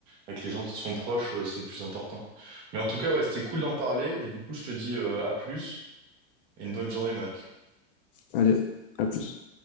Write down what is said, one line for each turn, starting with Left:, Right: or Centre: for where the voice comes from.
Right: avec les gens qui te sont proches, euh, c'est le plus important. Mais en tout cas, ouais, c'était cool d'en parler. Du coup, je te dis, euh, à plus et une bonne journée, mec.
Left: Allez, à plus.